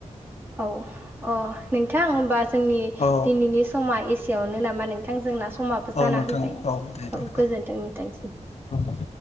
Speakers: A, on the right; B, on the left.
A: औ अ नोंथां होमबा जोंनि
B: औ
A: दिनैनि समा एसेयावनो नामा नोंथां जोंना समाबो
B: औ
A: जाना
B: नोंथां
A: फैबाय
B: औ दे दे
A: औ गोजोनथों नोंथांसिम
B: औ